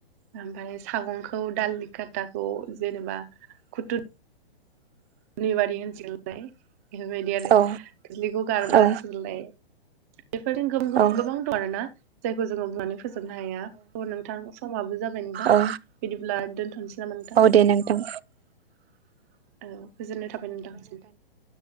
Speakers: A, on the right; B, on the right.
A: ओमफ्राय सागंखौ दालि खाथाखौ जेनेबा खुथुर निबारि होनसलाय बेफोरबायदि आरो
B: औ
A: खोस्लिखौ गारबा
B: औ
A: होनसलाय। बेफोरजों
B: औ
A: गोबां दं आर ना। जायखौ जोङो बुंनानै फोजोबनो हाया नोंथां समाबो जाबाय नोंथां
B: औ
A: बिदिब्ला दोनथ'नोसै। नोंथां
B: औ दे नोंथां
A: औ गोजोननाय थाबाय नोंथांसिम।